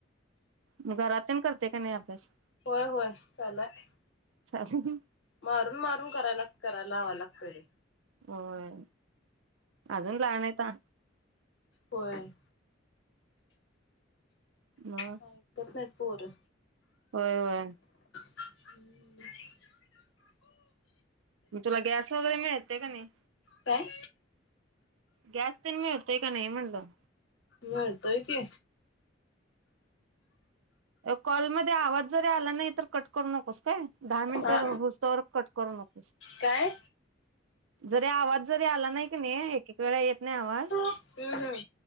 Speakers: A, on the right; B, on the left.
A: मग घरात तेन कर हुतंय काय नाही अभ्यास?
B: होय होय चालू हाय.
A: चाले <unintelligible>
B: मारून मारून करायला कराय लावाय लागतय लई.
A: होय आजून लहानयता.
B: व्हय
A: मग
B: हा ऐकत नाहीत. पोर
A: होय, होय.
B: हम
A: मग तुला गॅस वगैरे मिळतय का नाही?
B: काय?
A: गॅस तेन मिळतय का नाही म्हणलं.
B: मिळतोय की.
A: कॉल मध्ये आवाज जरी आला नाही तर कट करू नकोस. काय दहा मिनिट
B: हा
A: हूस्तोवर कट करू नकोस.
B: काय
A: जरी आवाज जरी आला नाही कणी एक एक वेळा येत येत नाही आवाज.
B: हम्म हम्म